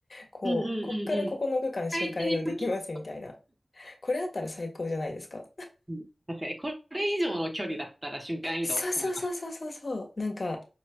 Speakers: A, on the left; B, on the right.
A: こう、
B: うんうんうんうん。
A: こっからここの区間瞬間移動できますみたいな。
B: 使いたいとき
A: これあったら最高じゃないですか。
B: うん、確かに、これ以上の距離だったら瞬間移動を使います。
A: そうそうそうそうそうそう。なんか、